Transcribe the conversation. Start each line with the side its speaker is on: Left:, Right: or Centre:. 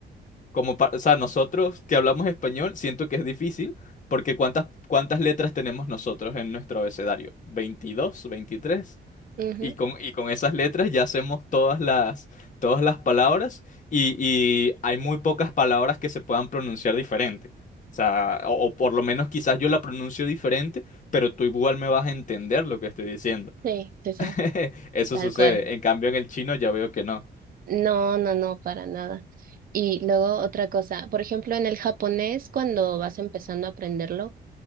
Left: como pa- o sea, nosotros que hablamos español, siento que es difícil porque ¿cuántas, cuántas letras tenemos nosotros en nuestro abecedario? veintidós veintitrés
Right: Ujú,
Left: Y con, y con esas letras ya hacemos todas las, todas las palabras y, y hay muy pocas palabras que se puedan pronunciar diferente. O sea, o, o por lo menos quizás yo la pronuncio diferente, pero tú igual me vas a entender lo que estoy diciendo.
Right: Sí, sí, sí.
Left: <laughs> Eso
Right: Tal
Left: sucede.
Right: cual.
Left: En cambio, en el chino ya veo que no.
Right: No, no, no, para nada. Y luego otra cosa, por ejemplo, en el japonés, cuando vas empezando a aprenderlo,